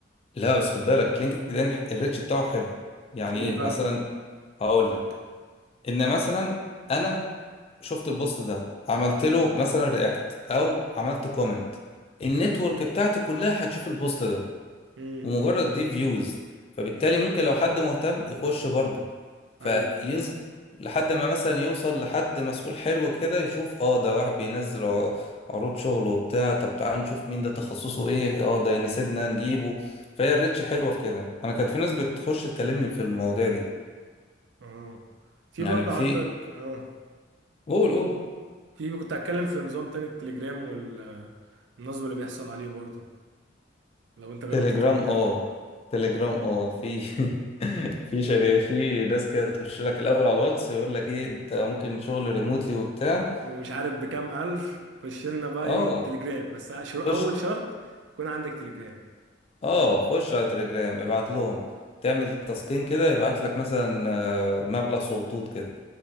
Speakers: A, on the left; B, on the right.
A: لا بس خد بالك لينكد ان الريتش بتاعه حلو يعني
B: في ايه
A: ايه
B: بقى
A: مثلا هقول لك ان مثلا انا شفت البوست ده عملت له مثلا رياكت او عملت كومنت النتورك بتاعتي كلها هتشوف البوست ده
B: امم
A: ومجرد دي فيوز فبالتالي ممكن لو حد مهتم يخش برضه فيز
B: ايوه
A: لحد ما مثلا يوصل لحد مسؤول حلو كده يشوف اه ده واحد بينزل عر- عروض شغل وبتاع طب تعال نشوف مين ده تخصصه ايه اه ده يناسبنا نجيبه فهي الريتش حلوة في كده انا كانت في ناس بتخش تكلمني في المواضيع دي
B: اه في
A: يعني
B: برضه
A: في
B: عندك اه
A: قول قول
B: في كنت هتكلم في نظام تاني التليجرام والنصب اللي بيحصل عليه برضه لو انت جربت
A: تليجرام
B: التليجرام
A: اه تليجرام اه في <laughs> في شركة في ناس كده تخش لك الاول على الواتس يقول لك ايه انت ممكن شغل ريموتلي وبتاع
B: ومش عارف بكام الف خش لنا بقى
A: اه
B: ايه تليجرام بس شر-
A: خش
B: اول شرط يكون عندك تليجرام
A: اه خش على تليجرام ابعت لهم تعمل تسكين كده يبعت لك مثلا آه، مبلغ صوتوت كده